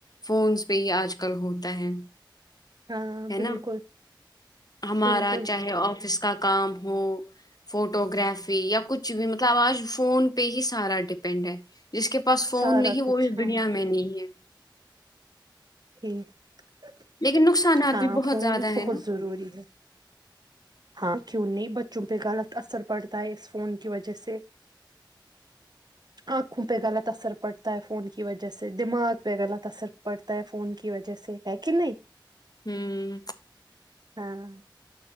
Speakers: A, on the left (about 50°); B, on the right (about 55°).
A: فون پہ ہی آج کل ہوتا ہے
B: ہاں
A: ہے
B: بالکل
A: نا ہمارا
B: بالکل
A: چاہے آفس کا کام ہو فوٹو گرافی یا کچھ بھی مطلب آج فون پہ ہی سارا ڈیپینڈ ہے جس کے پاس
B: سارا
A: فون نہیں
B: کچھ
A: وہ بھی اس
B: ہاں
A: دنیا میں نہیں ہے
B: ہٹ <unintelligible>
A: لیکن نقصانات
B: ہاں
A: بھی بہت
B: فون
A: زیادہ
B: بہت
A: ہے نا
B: ضروری ہے ہاں کیوں نہیں بچوں پہ غلط اثر پڑتا تا اس فون کی وجہ سے آنکھوں پہ غلط اثر پڑتا ہے فون کی وجہ سے دماغ پہ غلط اثر پڑتا ہے فون کی وجہ سے ہے کہ نہیں
A: ھمم
B: ہاں